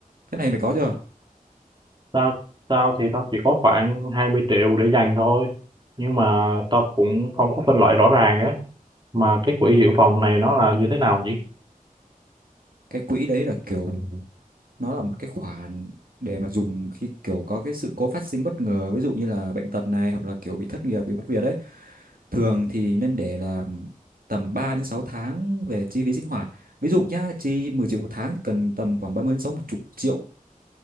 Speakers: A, on the right (about 75°); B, on the right (about 30°).
A: cái này mày có chưa
B: tao tao thì tao chỉ có khoảng 20 triệu để dành thôi nhưng mà tao cũng không có phân loại rõ ràng á mà cái quỹ dự phòng này nó là như thế nào nhỉ
A: cái quỹ đấy là kiểu nó là một cái khoản để mà dùng khi kiểu có cái sự cố phát sinh bất ngờ ví dụ như là bệnh tật này hoặc là kiểu bị thất nghiệp bị mất việc ấy thường thì nên để là tầm 3 đến 6 tháng về chi phí sinh hoạt ví dụ nhá chi 10 triệu một tháng thì cần tầm khoảng ba mươi đến sáu mươi triệu